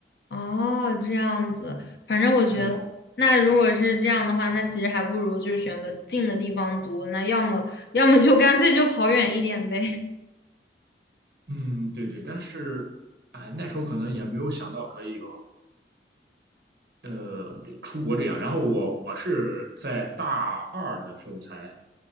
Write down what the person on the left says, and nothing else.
哦，这样子，反正我觉得，
那如果是这样的话，那其实还不如就是选个近的地方读，那要么要么就干脆就跑远一点呗。<laughs>